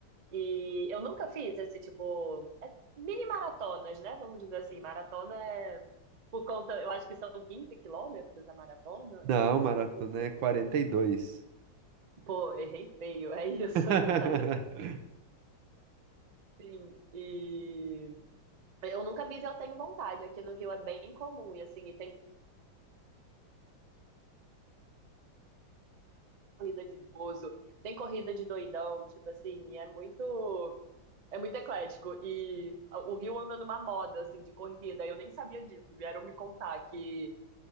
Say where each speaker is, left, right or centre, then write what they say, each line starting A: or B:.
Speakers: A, on the right (about 40°); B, on the right (about 80°).
A: E eu nunca fiz esse tipo, é mini maratonas, né? Vamos dizer assim, maratona é por conta, eu acho que são 15 quilômetros a maratona,
B: Não,
A: não
B: maratona
A: tenho certeza.
B: é quarenta e dois
A: Pô, errei feio, é isso.
B: <laughs>
A: <laughs> Agora, eu tô- sim. E eu nunca fiz, eu tenho vontade. Aqui no Rio é bem comum, e assim, e tem corrida de idoso, tem corrida de doidão, tipo assim, e é muito, é muito eclético. E o Rio anda numa moda, assim, de corrida. Eu nem sabia disso, vieram me contar que